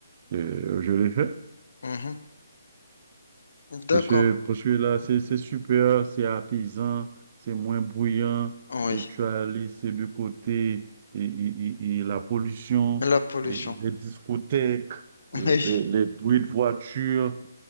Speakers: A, on the right (about 35°); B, on the left (about 60°).
A: Et, euh, je l'ai fait.
B: Mhm. D'accord.
A: Parce que, parce que là, c'est c'est super, c'est apaisant, c'est moins bruyant,
B: Oui.
A: et tu as laissé de côté et, et- et- et la pollution,
B: La pollution.
A: et les discothèques,
B: <laughs>
A: les,
B: Oui,
A: les, les bruits de voiture,